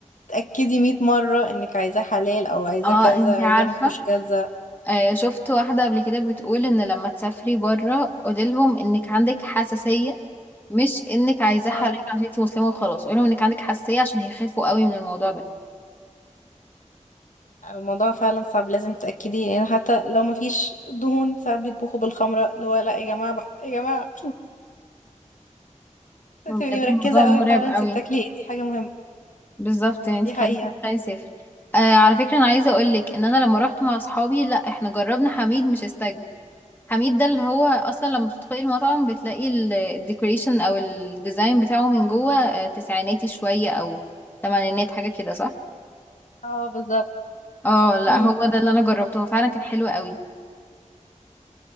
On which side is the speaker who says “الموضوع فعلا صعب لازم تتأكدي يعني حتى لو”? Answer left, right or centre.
Left